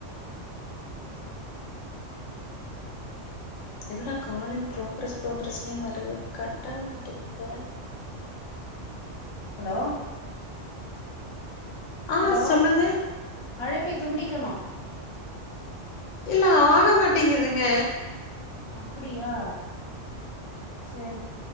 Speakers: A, on the left; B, on the left.
A: என்னடா கால் இன் ப்ரோக்ரஸ் ப்ரோக்ரஸ்னே வருது கட் ஆக மாட்டேங்குது
B: ஹலோ
A: ஆ
B: ஹலோ
A: சொல்லுங்க
B: அழைப்பை துண்டிக்கணு
A: இல்ல ஆக மாட்டேங்கிதுங்க
B: அப்படியா சரிஸ்